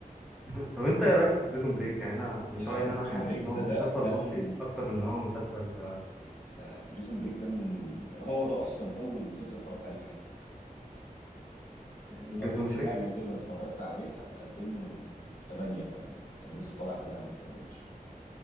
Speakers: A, in the centre; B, on the left.
A: <laughs> طب انت ايه رأيك في بريزون بريك يعني انا من
B: لا
A: رأيي
B: بريزون
A: ان انا حاسس
B: بريك
A: ان هو
B: ده ده
A: مسلسل
B: ده,
A: مصري
B: ال...
A: اكتر من ان هو مسلسل
B: ده بريزون بريك ده من ال... هو ده اصلا اول مسلسل اتفرجت عليه في حياتي يعني
A: بريزون
B: اول حاجه
A: بريك
B: كده اتفرجت عليها في 2008 كمان يعني كان لسه طالع قبلها ما يكملش